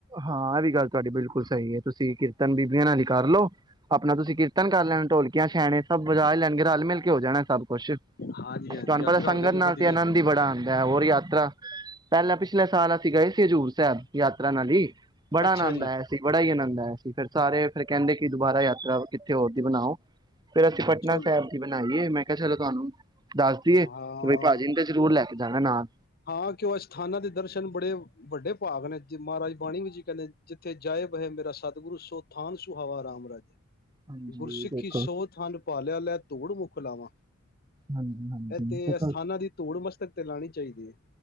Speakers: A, on the right (about 20°); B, on the left (about 45°).
A: ਹਾਂ ਇਹ ਵੀ ਗੱਲ ਤੁਹਾਡੀ ਬਿਲਕੁਲ ਸਹੀ ਏ। ਤੁਸੀਂ ਕੀਰਤਨ ਬੀਬੀਆਂ ਨਾਲ ਹੀ ਕਰ ਲੋ ਆਪਣਾ ਤੁਸੀਂ ਕੀਰਤਨ ਕਰ ਲੈਣਾ ਢੋਲਕੀਆਂ, ਛੈਣੇ ਸਭ ਵਜਾ ਲੈਣਗੇ ਰਲ ਮਿਲ ਕੇ ਹੋ ਜਾਣਾ ਸਭ। ਕੁੁਛ
B: ਹਾਂਜੀ
A: ਤੁਹਾਨੂੰ
B: ਹਾਂਜੀ ਯਾਤਰਾ
A: ਪਤਾ ਸੰਗਤ
B: ਹੋ ਜਾਏਗੀ
A: ਨਾਲ
B: ਵਧੀਆ
A: ਹੀ ਆਨੰਦ <unintelligible> ਹੋਰ ਯਾਤਰਾ ਪਹਿਲਾਂ ਪਿਛਲੇ ਸਾਲ ਗਏ ਸੀ ਹਜ਼ੂਰ ਸਾਹਿਬ ਯਾ <unintelligible> ਬੜਾ
B: ਅੱਛਾ
A: ਆਨੰਦ
B: ਜੀ।
A: ਆਇਆ, ਸੀ ਬੜਾ ਹੀ ਆਨੰਦ ਸੀ ਫਿਰ ਸਾਰੇ ਫਿਰ ਕਹਿੰਦੇ ਕਿ ਦੁਬਾਰਾ ਯਾਤਰਾ ਕਿੱਥੇ ਹੋਰ ਦੀ ਬਣਾਓ ਫੇਰ ਅਸੀਂ ਪਟਨਾ
B: ਚਲੋ
A: ਸਾਹਿਬ ਦੀ ਬਣਾਈਏ ਮੈਂ ਕ ਚੱਲ ਤੁਹਾਨੂੰ ਦੱਸ ਦੀਏ
B: ਹਾਂ
A: ਕਿ ਬਈ ਭਾਜੀ ਦੇ ਉ ਲੈ ਕੇ ਜਾਣਾ ਨਾਲ
B: ਹਾਂ ਕਿਉਂ ਐ ਸਥਾਨਾਂ ਦੇ ਦਰਸ਼ਨ ਬੜੇ ਵੱਡੇ ਭਾਗ ਨੇ ਮਹਾਰਾਜ ਬਾਣੀ ਵੀ ਜੀ ਕਹਿੰਦੇ ਜਿੱਥੇ ਜਾਇਬ ਹੈ ਮੇਰਾ ਸਤਿਗੁਰੂ ਸੋਥਾਨ ਸੁਹਾਵਾ ਰਾਮ ਰਾਜੇ।
A: ਹਾਂਜੀ
B: ਗੁਰਸਿੱਖੀ
A: ਦੇਖੋ
B: ਸੌ ਥਾਨ ਪਾਲਿਆ ਲੈ ਧੂੜ ਮੁਖ ਖੁਲਾਵਾਂ
A: ਹਾਂਜੀ ਹਾਂਜੀ
B: ਇਹ ਤੇ
A: ਦੇਖੋ
B: ਅਸਥਾਨਾਂ ਦੀ ਧੂੜ ਮਸਤਕ ਤੇ ਲਾਉਣੀ ਚਾਹੀਦੀ ਹੈ।